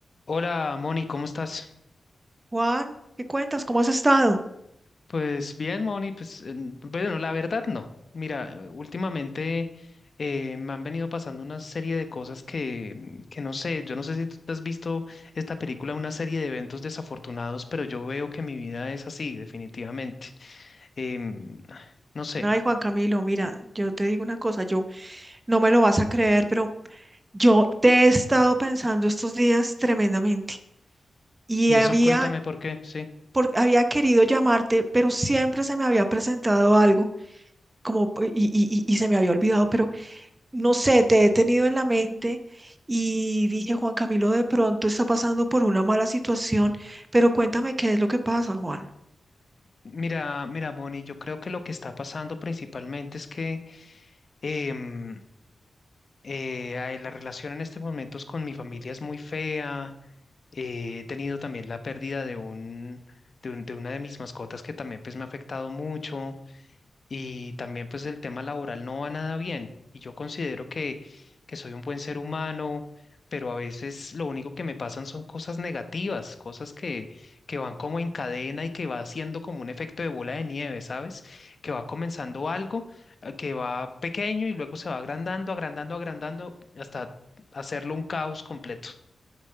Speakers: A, on the left (about 40°); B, on the right (about 20°).
A: Hola, Moni, ¿cómo estás?
B: Juan, ¿qué cuentas? ¿Cómo has estado?
A: Pues bien, Moni, pues en- bueno, la verdad no. Mira, eh, últimamente eh, me han venido pasando una serie de cosas que, mm, que no sé, yo no sé si tú te has visto esta película, una serie de eventos desafortunados, pero yo veo que mi vida es así, definitivamente. Em, no sé.
B: Ay, Juan Camilo, mira, yo te digo una cosa, yo no me lo vas a creer, pero yo te he estado pensando estos días tremendamente y
A: Y
B: había,
A: eso cuéntame por qué, sí.
B: por- había querido llamarte, pero siempre se me había presentado algo como, p- y, y, y y se me había olvidado, pero no sé, te he tenido en la mente y dije, Juan Camilo de pronto está pasando por una mala situación, pero cuéntame qué es lo que pasa, Juan.
A: Mira, mira, Moni, yo creo que lo que está pasando principalmente es que em, eh, ay, la relación en este momento es con mi familia es muy fea. He tenido también la pérdida de un, de un- de una de mis mascotas que también pues me ha afectado mucho y también pues el tema laboral no va nada bien y yo considero que, que soy un buen ser humano, pero a veces lo único que me pasan son cosas negativas, cosas que, que van como en cadena y que va haciendo como un efecto de bola de nieve, ¿sabes? Que va comenzando algo eh, que va pequeño y luego se va agrandando, agrandando, agrandando hasta hacerlo un caos completo.